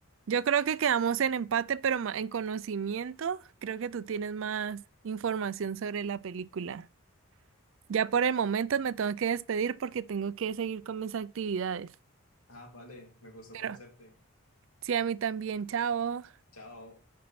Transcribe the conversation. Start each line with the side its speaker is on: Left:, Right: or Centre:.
Right: yo creo que quedamos en empate, pero ma- en conocimiento, creo que tú tienes más información sobre la película. Ya por el momento me tengo que despedir porque tengo que seguir con mis actividades.
Left: Ah, vale, me gustó
Right: Pero
Left: conocerte.
Right: sí, a mí también, chao.
Left: Chao.